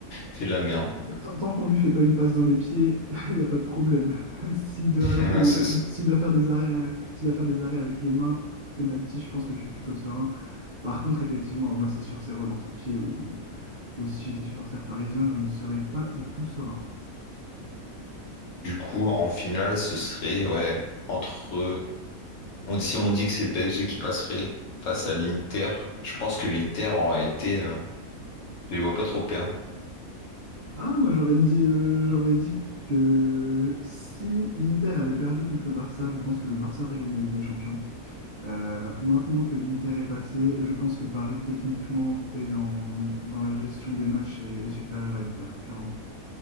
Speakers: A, on the left; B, on the right.
A: fait de la merde.
B: Tant, tant qu'on lui fait pas une passe dans les pieds, <laughs> il n'y a pas de problème. <laughs> S'il doit
A: <laughs>
B: arrêter
A: Ouais,
B: les,
A: c'est
B: s'il
A: ça.
B: s'il doit faire des arrêts, euh, s'il doit faire des arrêts avec les mains, penalty, je pense que je suis plutôt serein. Par contre, effectivement, moi, c'est sûr, ces relances au pied ou, ou si j'étais supporter parisien, je ne serais pas du tout serein.
A: Du coup, en finale, ce serait, ouais, entre. on- si on dit que c'est le PSG qui passerait face à l'Inter, je pense que l'Inter aura été. euh, je les vois pas trop perdre.
B: Ah, moi, j'aurais dit, euh, j'aurais dit que si l'Inter avait perdu contre le Barça, je pense que le Barça aurait gagné la Ligue des Champions. Euh, maintenant que l'Inter est passé, je pense que Paris, techniquement, et dans, dans la gestion des matchs, est, est supérieur à l'Inter, clairement.